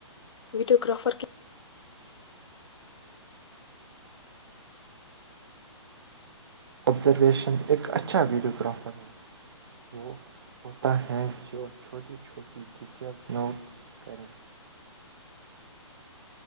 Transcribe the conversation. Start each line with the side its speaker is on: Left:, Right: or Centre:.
Left: ویڈیو گرافر کی
Right: آبزرویشن ایک اچھا ویڈیوگررافر ہے وہ ہوتا ہے جو چھوٹی چھوٹی ڈیٹیلس نوٹس کریں